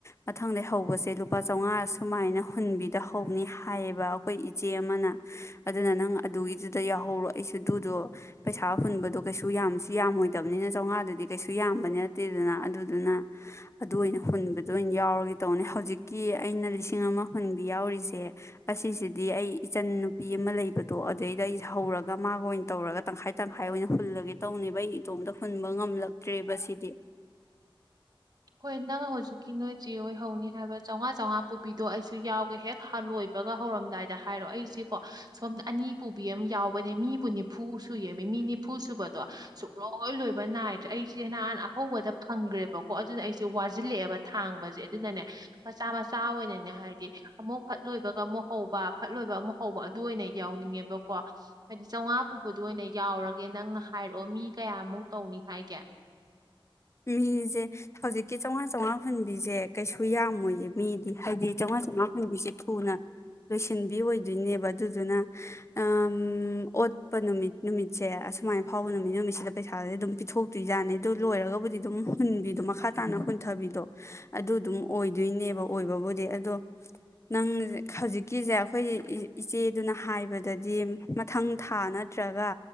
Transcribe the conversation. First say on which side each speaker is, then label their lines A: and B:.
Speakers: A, on the left; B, on the right.
A: ꯃꯊꯪꯗꯩ ꯍꯧꯕꯁꯦ ꯂꯨꯄꯥ ꯆꯥꯝꯃꯉꯥ ꯁꯨꯃꯥꯏꯅ ꯍꯨꯟꯕꯤꯗꯍꯧꯕꯅꯤ ꯍꯥꯏꯌꯦꯕ ꯑꯩꯈꯣꯏ ꯏꯆꯦ ꯑꯃꯅ ꯑꯗꯨꯅ ꯅꯪ ꯑꯗꯨꯒꯤꯗꯨꯗ ꯌꯥꯎꯍꯧꯔꯣ ꯑꯩꯁꯨ ꯑꯗꯨꯗꯣ ꯄꯩꯁꯥ ꯍꯨꯟꯕꯗꯣ ꯀꯩꯁꯨ ꯌꯥꯝꯁꯨ ꯌꯥꯝꯃꯣꯏꯗꯕꯅꯤꯅ ꯆꯥꯝꯃꯉꯥꯗꯨꯗꯤ ꯀꯩꯁꯨ ꯌꯥꯝꯕꯗꯤ ꯅꯠꯇꯦꯗꯅ ꯑꯗꯨꯗꯨꯅ ꯑꯗꯨ ꯑꯣꯏꯅ ꯍꯨꯟꯕꯗ ꯑꯣꯏꯅ ꯌꯥꯎꯔꯒꯦ ꯇꯧꯅꯦ ꯍꯧꯖꯤꯛꯀꯤ ꯑꯩꯅ ꯂꯤꯁꯤꯡ ꯑꯃ ꯍꯨꯟꯕꯤ ꯌꯥꯎꯔꯤꯁꯦ ꯑꯁꯤꯁꯤꯗꯤ ꯑꯩ ꯏꯆꯟ ꯅꯨꯄꯤ ꯑꯃ ꯂꯩꯕꯗꯣ ꯑꯗꯨꯗꯩꯗ ꯑꯩꯁꯦ ꯍꯧꯔꯒ ꯃꯥꯒ ꯑꯣꯏꯅ ꯇꯧꯔꯒ ꯇꯪꯈꯥꯏ ꯇꯪꯈꯥꯏ ꯑꯣꯏꯅ ꯍꯨꯜꯂꯒꯦ ꯇꯧꯅꯦꯕ ꯑꯩ ꯏꯇꯣꯝꯇ ꯍꯨꯟꯕ ꯉꯝꯂꯛꯇ꯭ꯔꯦꯕ ꯁꯤꯗꯤ
B: ꯍꯣꯏ ꯅꯉ ꯍꯧꯖꯤꯛ ꯀꯤ ꯅꯣꯏ ꯆꯦꯣꯏ ꯍꯧꯅꯤ ꯍꯥꯏꯕ ꯆꯥꯝꯉꯥ ꯆꯥꯝꯃꯉꯥ ꯄꯨꯕꯤꯗꯣ ꯑꯩꯁꯨ ꯌꯥꯎꯒꯦ ꯍꯦꯛ ꯍꯥꯂꯣꯏꯕꯒ ꯍꯧꯔꯝꯗꯥꯏꯗ ꯍꯥꯏꯔꯣ ꯑꯩꯁꯤꯀꯣ ꯁꯣꯝꯗ ꯑꯅꯤ ꯄꯨꯕꯤ ꯑꯃ ꯌꯥꯎꯕꯅꯦ ꯃꯤꯕꯨ ꯅꯤꯐꯨ ꯁꯨꯌꯦꯃꯤ ꯃꯤ ꯅꯤꯐꯨ ꯁꯨꯕꯗꯣ ꯁꯨꯛꯂꯧ ꯑꯣꯣꯏ ꯂꯣꯏꯕ ꯅꯥꯏꯗ꯭ꯔꯦ ꯑꯩꯁꯦ ꯅꯍꯥꯟ ꯑꯍꯧꯕꯗ ꯐꯪꯈ꯭ꯔꯦꯕꯀꯣ ꯀꯣ ꯑꯗꯨꯅ ꯑꯩꯁꯦ ꯋꯥꯁꯤꯜꯂꯛꯑꯦꯕ ꯊꯥꯡꯕꯁꯦ ꯑꯗꯨꯅꯅꯦ ꯃꯆꯥ ꯃꯆꯥ ꯑꯣꯏꯅꯅꯦ ꯍꯥꯏꯗꯤ ꯑꯃꯨꯛ ꯐꯠ ꯂꯣꯏꯕꯒ ꯑꯃꯨꯛ ꯍꯧꯕ ꯐꯠ ꯂꯣꯏꯕ ꯑꯃꯨꯛ ꯍꯧꯕ ꯑꯗꯨ ꯑꯣꯏꯅ ꯌꯥꯎꯅꯤꯡꯉꯦꯕꯀꯣ ꯍꯥꯏꯗꯤ ꯆꯥꯝꯃꯉꯥ ꯄꯨꯕꯗ ꯑꯣꯏꯅ ꯌꯥꯎꯔꯒꯦ ꯅꯪꯅ ꯍꯥꯏꯔꯛꯑꯣ ꯃꯤ ꯀꯌꯥꯃꯨꯛ ꯇꯧꯅꯤ ꯍꯥꯏꯒꯦ
A: ꯃꯤꯁꯦ ꯍꯧꯖꯤꯛꯀꯤ ꯆꯥꯝꯃꯉꯥ ꯆꯥꯝꯃꯉꯥ ꯐꯨꯟꯕꯤꯁꯦ ꯀꯩꯁꯨ ꯌꯥꯝꯃꯣꯏꯌꯦ ꯃꯤꯗꯤ ꯍꯥꯏꯗꯤ ꯆꯥꯝꯃꯉꯥ ꯆꯥꯝꯃꯉꯥ ꯐꯨꯟꯕꯤꯁꯦ ꯊꯨꯅ ꯂꯣꯏꯁꯤꯟꯕꯤ ꯑꯣꯏꯗꯣꯏꯅꯦꯕ ꯑꯗꯨꯗꯨꯅ ꯑꯣꯠꯄ ꯅꯨꯃꯤꯠ ꯅꯨꯃꯤꯠꯁꯦ ꯑꯁꯨꯃꯥꯏꯅ ꯐꯥꯎꯕ ꯅꯨꯃꯤꯠ ꯅꯨꯃꯤꯠꯁꯤꯗ ꯄꯩꯁꯥꯁꯦ ꯑꯗꯨꯝ ꯄꯤꯊꯣꯛꯇꯣꯏꯖꯥꯅꯤ ꯑꯗꯨ ꯂꯣꯏꯔꯒꯕꯨ ꯑꯗꯨꯝ ꯍꯨꯟꯕꯤꯗꯣ ꯃꯈꯥ ꯇꯥꯅ ꯍꯨꯟꯊꯕꯤꯗꯣ ꯑꯗꯨꯗꯨꯝ ꯑꯣꯏꯗꯣꯏꯅꯦꯕ ꯑꯣꯏꯕꯕꯨꯗꯤ ꯑꯗꯣ ꯅꯪ ꯍꯧꯖꯤꯛꯀꯤꯁꯦ ꯑꯩꯈꯣꯏ ꯏꯆꯦꯗꯨꯅ ꯍꯥꯏꯕꯗꯗꯤ ꯃꯊꯪ ꯊꯥ ꯅꯠꯇ꯭ꯔꯒ